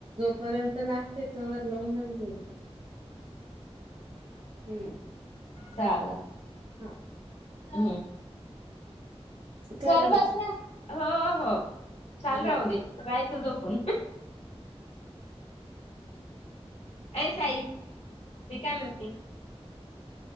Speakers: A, on the right (about 50°); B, on the left (about 80°).
A: पर्यंत लागते. तोवर लावून घ्यायचं हम्म.
B: चालल
A: हा.
B: हम्म.
A: कर
B: सर्वांन्या
A: मग
B: हो हो चाल
A: हा
B: राहू दे रायचं झोपून <inaudible> ये साई मी काय म्हणते